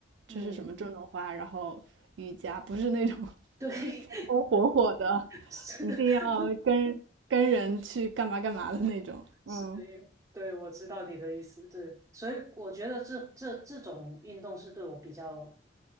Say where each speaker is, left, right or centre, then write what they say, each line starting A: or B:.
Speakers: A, on the right; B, on the right.
A: 嗯，
B: 就是什么种种花，然后瑜伽，不是那种 <laughs>
A: 对，
B: 风风火火的，
A: <laughs> 是
B: 一定要跟跟人去干嘛干嘛的那种。嗯，
A: 是的，因为对，我知道你的意思，对，所以我觉得这这这种运动是对我比较